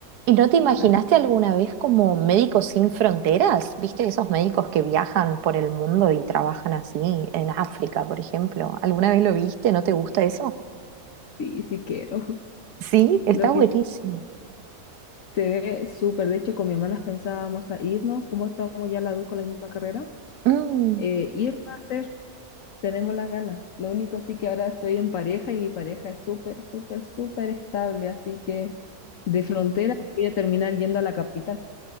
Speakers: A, on the right; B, on the left.
A: ¿Y no te imaginaste
B: Así
A: alguna vez como Médicos Sin Fronteras? ¿Viste esos médicos que viajan por el mundo y trabajan así en África, por ejemplo? ¿Alguna vez lo viste? ¿No te gusta eso?
B: Sí, sí quiero. <laughs>
A: Sí, está
B: Lo que
A: buenísimo.
B: se ve súper. De hecho, con mi hermana pensábamos a irnos, como estamos ya las dos con la misma carrera,
A: Mm,
B: eh, ir a hacer. Tenemos las ganas. Lo único sí que ahora estoy en pareja y mi pareja es súper, súper, súper estable. Así que de frontera voy a terminar yendo a la capital.